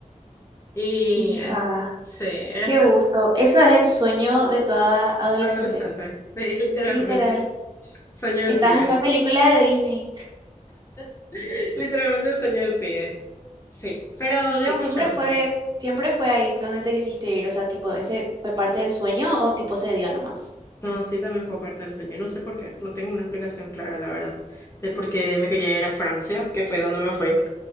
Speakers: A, on the left; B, on the right.
A: Y
B: Hija,
A: eh, sí, era
B: qué
A: esta-
B: gusto. Eso es el sueño de toda adolescente.
A: adolescente, sí, <laughs> literalmente.
B: Literal.
A: Sueño del
B: Estabas
A: pibe.
B: en una película de Disney
A: <laughs> Literalmente el sueño del pibe. Sí, pero
B: y
A: dio mucho
B: siempre fue,
A: gusto.
B: siempre fue ahí donde te quisiste ir. O sea, tipo, ¿ese fue parte del sueño o tipo se dio nomás?
A: No, sí, también fue parte del sueño. No sé por qué, no tengo una explicación clara, la verdad, de por qué me quería ir a Francia, que fue donde me fui.